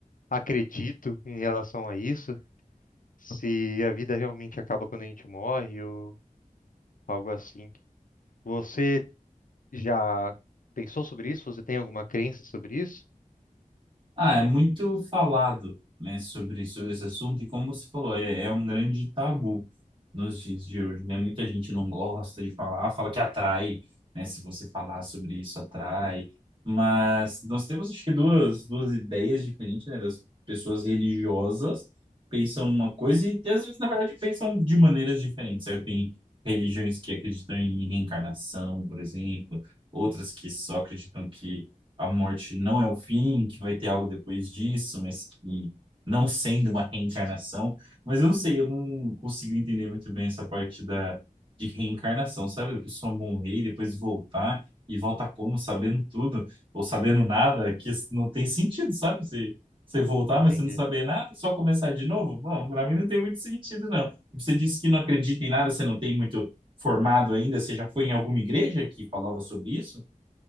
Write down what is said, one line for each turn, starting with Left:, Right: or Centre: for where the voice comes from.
Left: acredito em relação a isso. se a vida realmente acaba quando a gente morre ou algo assim. Você já pensou sobre isso? Você tem alguma crença sobre isso?
Right: Ah, é muito falado, né, sobre, sobre esse assunto, e como você falou, é, é um grande tabu nos dias de hoje, né? Muita gente não gosta de falar, fala que atrai, né? Se você falar sobre isso, atrai. Mas nós temos, acho que, duas, duas ideias diferentes, né? Das pessoas religiosas pensam uma coisa e, às vezes, na verdade, pensam de maneiras diferentes, certo? Tem religiões que acreditam em reencarnação, por exemplo, outras que só acreditam que a morte não é o fim, que vai ter algo depois disso, mas que não sendo uma reencarnação. Mas eu não sei, eu não consigo entender muito bem essa parte da, de reencarnação, sabe? A pessoa morrer e depois voltar, e volta como? Sabendo tudo, ou sabendo nada, que isso não tem sentido, sabe? Você, você voltar,
Left: Entendi.
Right: mas você não saber nada, só começar de novo? Bom, pra mim não tem muito sentido, não. E Você disse que não acredita em nada, você não tem muito formado ainda, você já foi em alguma igreja que falava sobre isso?